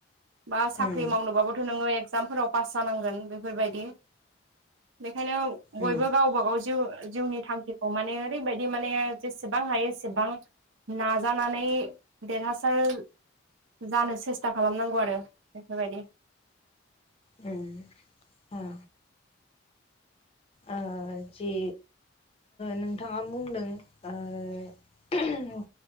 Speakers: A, on the right (about 80°); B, on the left (about 30°).
A: बा साख्रि
B: उम
A: मावनोबाबोथ' नोङो एगजामफोराव पास जानांगोन बेफोरबायदि बेखायनो बयबो
B: उम
A: गावबागाव जिउ जिउनि थांखिखौ माने ओरै बायदि माने जेसेबां हायो ए सेबां नाजानानै देरहासार जानो सेस्था खालामनांगौ आरो बेफोरबायदि
B: उम ओ ओ जि नोंथाङा बुंदों ओ